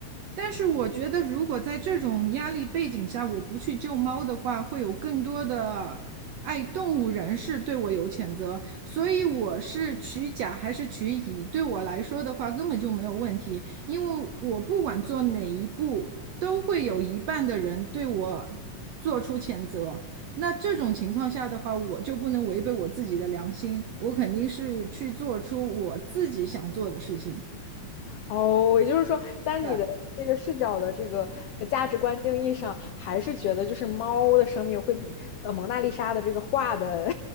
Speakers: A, on the right; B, on the left.
A: 但是我觉得，如果在这种压力背景下，我不去救猫的话，会有更多的爱动物人士对我有谴责。所以我是取甲还是取乙，对我来说的话根本就没有问题，因为我不管做哪一步，都会有一半的人对我做出谴责。那这种情况下的话，我就不能违背我自己的良心，我肯定是去做出我自己想做的事情。
B: 哦，也就是说，在你的这个视角的这个呃价值观定义上，
A: 对
B: 还是觉得就是猫的生命会比呃蒙娜丽莎的这个画的